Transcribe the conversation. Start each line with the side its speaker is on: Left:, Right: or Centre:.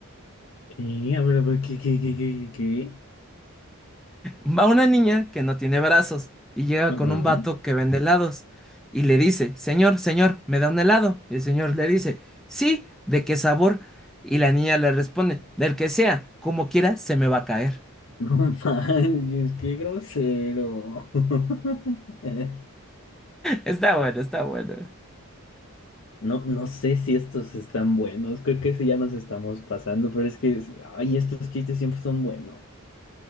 Left: Eh, a ver, a ver, ¿qué, qué, qué, qué, qué?
Centre: Va una niña que no tiene brazos y llega
Left: Ajá.
Centre: con un vato
Left: <laughs>
Centre: que vende helados y le dice, señor, señor, ¿me da un helado? Y el señor le dice, sí, ¿de qué sabor? Y la niña le responde, del que sea, como quiera, se me va a caer.
Left: No manches, qué grosero. <laughs>
Centre: Está bueno, está bueno.
Left: No, no sé si estos están buenos. Creo que sí ya nos estamos pasando, pero es que, es- ay, estos chistes siempre son buenos.